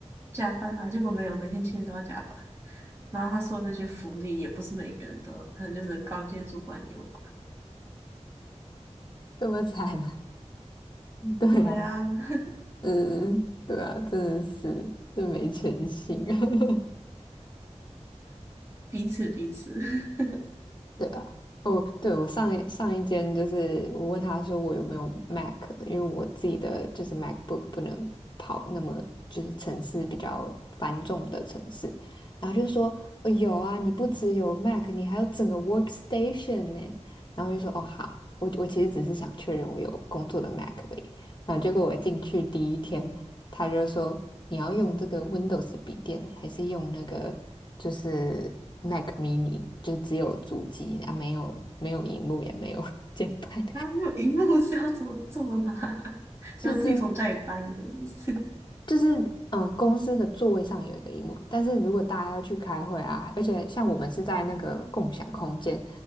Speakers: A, on the right; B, on the left.
A: 加班啊，结果没有，每天情侣都要加班。然后他说的那些福利也不是每个人都有，可能就是高阶主管有吧。
B: 这么惨，<laughs> 对啊，
A: 对啊，<laughs>
B: 嗯，对啊，真的是这没诚信。<laughs>
A: 彼此彼此，<laughs>
B: 对啊，哦，对，我上一上一间就是我问他说我有没有 Mac，因为我自己的就是 MacBook 不能跑那么就是城市比较繁重的城市，然后就说、哦、有啊，你不只有 Mac，你还有整个 Workstation 呢。然后就说哦好，我我其实只是想确认我有工作的 Mac 而已。然后结果我进去第一天，他就说。你要用这个 Windows 的笔电，还是用那个就是 Mac mini，就是只有主机啊，没有没有荧幕，也没有 <laughs> 键盘，
A: 啊，没有荧幕是要怎么做啦？<laughs>
B: 就是
A: 要自己从家里搬一个，<laughs> 是不是
B: 就是嗯、呃公司的座位上有一个荧幕，但是如果大家要去开会啊，而且像我们是在那个共享空间，